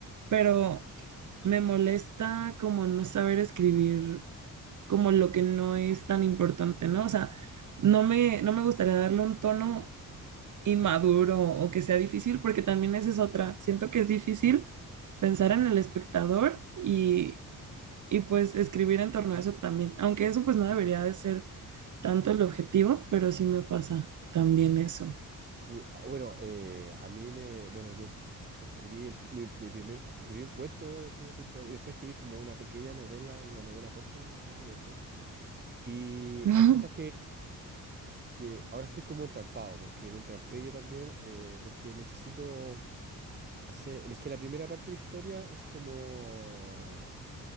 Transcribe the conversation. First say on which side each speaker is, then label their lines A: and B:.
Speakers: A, on the right; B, on the right.
A: pero me molesta como no saber escribir como lo que no es tan importante, ¿no? O sea, no me, no me gustaría
B: Mm.
A: darle un tono inmaduro o que sea difícil, porque también esa es otra. Siento que es difícil pensar en el espectador y, y pues escribir en torno a eso también, aunque eso pues no debería de ser tanto el objetivo, pero sí me pasa también eso.
B: Sí, ah, bueno, eh, a mí me, bueno, yo escribí el, pri- mi, mi primer, cu- escribí un cuento de ciencia ficción y después escribí como una pequeña novela, una novela corta, no sé, ese cuento. Y
A: <laughs> Ajá,
B: hay cosas que ahora estoy como entrampado, porque me entrampé yo también, eh, porque necesito hacer, es que la primera parte de la historia es como